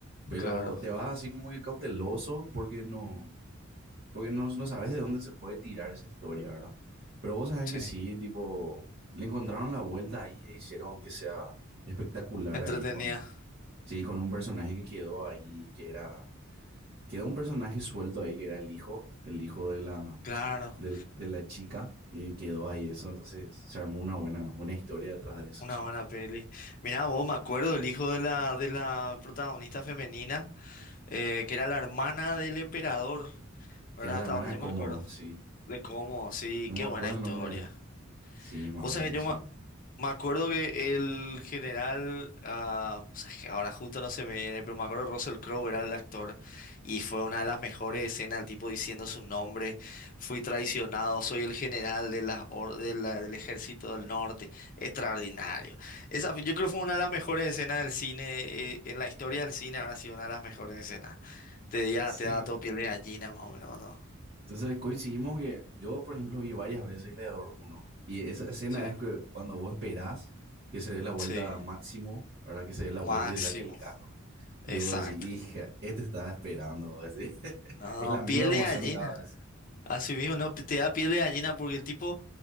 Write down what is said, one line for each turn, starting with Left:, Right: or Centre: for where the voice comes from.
Right: Pero
Left: Claro,
Right: te vas así como que cauteloso, porque no. Porque no, no sabes de dónde se puede tirar esa historia, ¿verdad? Pero vos sabés
Left: sí.
Right: que sí, tipo, le encontraron la vuelta ahí e hicieron que sea espectacular
Left: Entretenida,
Right: ahí con, sí, con un personaje que quedó ahí, que era, quedó un personaje suelto ahí, que era el hijo, el hijo de la,
Left: claro,
Right: del- de, la chica, y quedó ahí eso, entonces se armó una buena, buena historia detrás de eso,
Left: una
Right: che.
Left: buena peli. Mira, vos me acuerdo del hijo de la, de la protagonista femenina, eh, que era la hermana del emperador, ¿verdad?
Right: Que era la
Left: Hasta
Right: hermana
Left: donde
Right: de
Left: yo
Right: Cómodo,
Left: me acuerdo.
Right: sí.
Left: De cómo, sí,
Right: No
Left: qué
Right: me acuerdo
Left: buena historia.
Right: el nombre. Sí, man,
Left: Vos sabés
Right: buenísimo.
Left: yo me, me acuerdo que el general, ah, o sea, que ahora justo no se me viene, pero me acuerdo que Russell Crowe era el actor y fue una de las mejores escenas, el tipo diciendo su nombre, fui traicionado, soy el general de las or- de la- del ejército del norte, extraordinario. Esa, yo creo que fue una de las mejores escenas del cine, eh, en la historia del cine habrá sido una de las mejores escenas. Te, ya,
Right: Sí.
Left: te da todo piel de gallina más o menos, ¿no?
Right: Entonces coincidimos que yo, por ejemplo, vi varias veces Gladiador uno y esa escena
Left: Sí.
Right: es que cuando vos esperás que se dé la vuelta
Left: Sí.
Right: a máximo, ¿verdad? Que se dé la vuelta
Left: Máximo,
Right: y se saque el casco
Left: exacto.
Right: y vos decís, hija, este estaba esperando. así. <laughs>
Left: No,
Right: Es la misma
Left: piel
Right: emoción
Left: de gallina.
Right: cada vez.
Left: Así mismo, no, te da piel de gallina porque el tipo